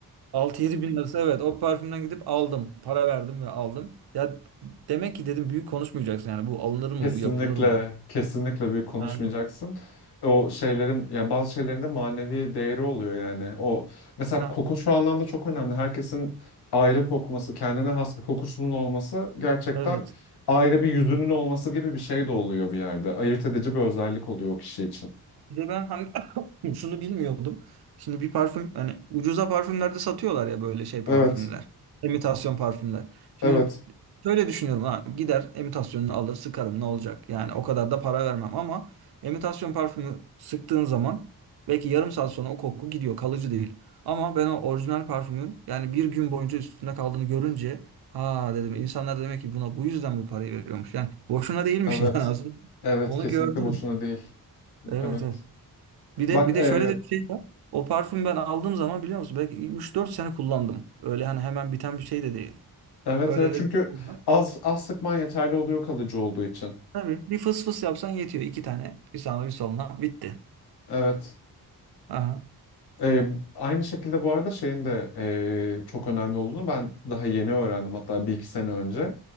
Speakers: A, on the right; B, on the left.
A: 6-7 bin lirası evet o parfümden gidip aldım. Para verdim ve aldım. Ya demek ki dedim büyük konuşmayacaksın yani bu alınır mı
B: Kesinlikle,
A: bu yapılır mı?
B: kesinlikle büyük konuşmayacaksın.
A: Yani
B: O şeylerin, yani bazı şeylerin de manevi değeri oluyor yani. O mesela
A: Ha,
B: koku şu anlamda çok önemli. Herkesin ayrı kokması, kendine has bir kokusunun olması gerçekten
A: evet.
B: ayrı bir yüzünün olması gibi bir şey de oluyor bir yerde. Ayırt
A: Aha.
B: edici bir özellik oluyor o kişi için.
A: Bir de ben hani <laughs> şunu bilmiyordum. Şimdi bir parfüm hani ucuza parfümlerde satıyorlar ya böyle şey parfümler.
B: Evet,
A: İmitasyon parfümler. Şimdi
B: evet,
A: şöyle düşünüyorum ha gider imitasyonunu alır sıkarım ne olacak? Yani o kadar da para vermem ama imitasyon parfümü sıktığın zaman belki yarım saat sonra o koku gidiyor kalıcı değil. Ama ben o orijinal parfümün yani bir gün boyunca üstünde kaldığını görünce ha dedim insanlar demek ki buna bu yüzden bu parayı veriyormuş. Yani boşuna değilmiş
B: evet,
A: <laughs> yani aslında.
B: evet.
A: Onu
B: Kesinlikle
A: gördüm.
B: boşuna değil.
A: Evet
B: Evet.
A: evet. Bir de
B: Bak,
A: bir
B: e,
A: de şöyle de bir şey var. O parfüm ben aldığım zaman biliyor musun belki üç dört sene kullandım. Öyle hani hemen biten bir şey de değil.
B: evet,
A: Öyle
B: evet.
A: de
B: Çünkü
A: bir şey var.
B: az az sıkman yeterli oluyor kalıcı olduğu için.
A: Tabii bir fıs fıs yapsan yetiyor. iki tane. Bir sağına bir soluna. Bitti.
B: Evet.
A: Aha.
B: Ee, aynı şekilde bu arada şeyin de ee, çok önemli olduğunu ben daha yeni öğrendim. Hatta bir iki sene önce.